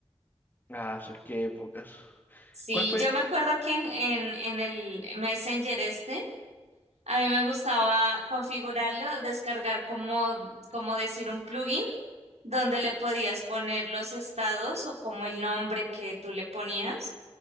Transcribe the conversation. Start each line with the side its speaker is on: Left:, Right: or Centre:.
Left: Ah, sí, qué épocas.
Right: Sí,
Left: ¿Cuál fue?
Right: yo me acuerdo que en, en, en el Messenger este, a mí me gustaba configurarlo, descargar como, como decir un plugin donde le podías poner los estados o como el nombre que tú le ponías.